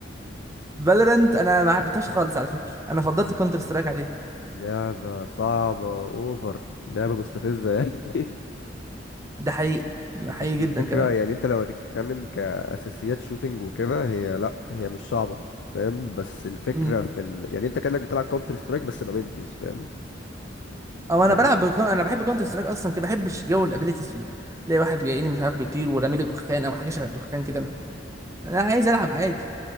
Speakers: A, on the right; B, on the left.
A: فالورنت انا ما حبيتهاش خالص على فكره انا فضلت كونتر سترايك عليها
B: لعبة صعبة اوفر لعبة مستفزة يعني <laughs>
A: ده حقيقي ده حقيقي
B: اصل
A: جدا
B: الفكرة
A: كمان
B: يعني انت لو هتتكلم كأساسيات شوتينج وكده هي لا هي مش صعبة فاهم بس الفكرة
A: امم
B: في ال... يعني انت كأنك بتلعب كاونتر سترايك بس بابيلتيز فاهم
A: او انا
B: يعني
A: بلعب بكو... انا بحب كونتر سترايك اصلا كده ما بحبش جو الابيليتيز دول تلاقي واحد جاي لي مش عارف بيطير ورامي لي دخان او حاجه شبه الدخان كده انا عايز العب عادي